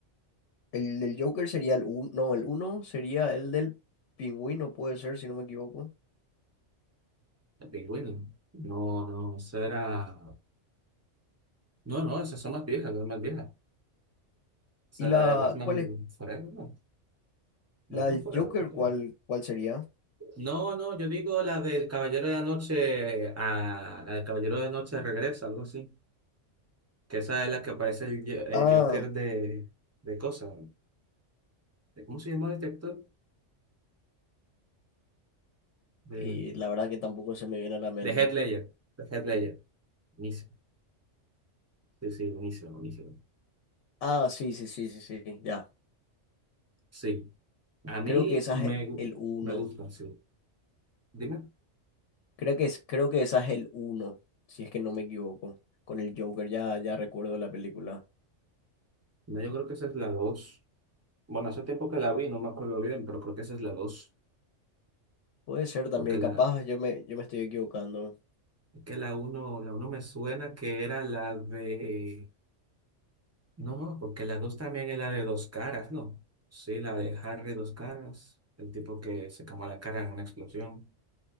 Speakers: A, on the left; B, on the right.
A: El del Joker sería el uno no, el uno sería el del Pingüino, puede ser, si no me equivoco.
B: el pingüino. No, no, eso era. No, no, esas son más viejas, son más viejas. O sea,
A: ¿Y la
B: la de Batman
A: cuál es,
B: Forever, ¿no? Batman
A: La del
B: Forever,
A: Joker,
B: ¿tú quieres?
A: ¿cuál, cuál sería?
B: No, no, yo digo la del Caballero de la Noche. a la del Caballero de la Noche regresa, algo así. Que esa es la que aparece el, Jo- el
A: Ah,
B: Joker de. de cosas. ¿Cómo se llama este actor? De.
A: y la verdad que tampoco se me viene a la mente.
B: De Heath Ledger. De Heath Ledger. Buenísimo. Sí, sí, buenísimo, buenísimo.
A: Ah, sí, sí, sí, sí, sí, ya.
B: Sí, a mí
A: Creo que esa
B: me,
A: es
B: gu-
A: el uno
B: me gusta, sí. Dime.
A: Creo que es, creo que esa es el uno si es que no me equivoco. Con el Joker, ya, ya recuerdo la película.
B: No, yo creo que esa es la dos. Bueno, hace tiempo que la vi, no me acuerdo bien, pero creo que esa es la dos.
A: Puede ser también,
B: Porque la,
A: capaz yo me, yo me estoy equivocando.
B: que la uno, la uno me suena que era la de... No, no, porque la dos también es la de dos caras, ¿no? Sí, la de Harry dos caras, el tipo que se quemó la cara en una explosión.